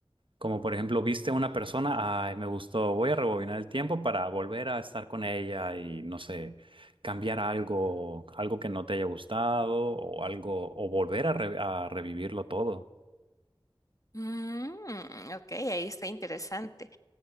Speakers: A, on the right (about 70°); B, on the left (about 40°).
A: Como por ejemplo, viste a una persona, ay, me gustó, voy a rebobinar el tiempo para volver a estar con ella y no sé, cambiar algo, algo que no te haya gustado o algo, o volver a, re- a revivirlo todo.
B: Mm, ok, ahí está interesante.